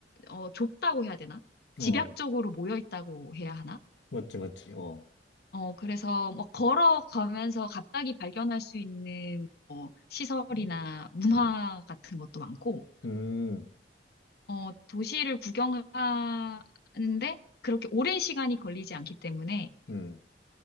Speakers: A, on the left; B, on the left.
A: 어, 좁다고 해야 되나? 집약적으로
B: 어,
A: 모여 있다고 해야 하나?
B: 맞지, 맞지. 어.
A: 어, 그래서 뭐 걸어가면서 갑자기 발견할 수 있는 어, 시설이나 문화
B: 음,
A: 같은 것도 많고,
B: 음,
A: 어, 도시를 구경하는데 그렇게 오랜 시간이 걸리지 않기 때문에
B: 음.